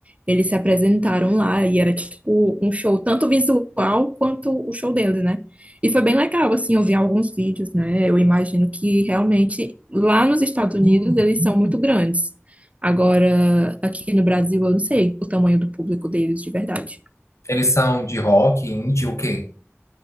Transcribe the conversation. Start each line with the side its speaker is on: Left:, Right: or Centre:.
Right: eles se apresentaram lá e era tipo um show, tanto visual quanto o show deles, né? E foi bem legal, assim, eu vi alguns vídeos, né? Eu imagino que realmente lá nos Estados Unidos eles são muito grandes. Agora, aqui no Brasil, eu não sei o tamanho do público deles de verdade.
Left: Eles são de rock, indie, o quê?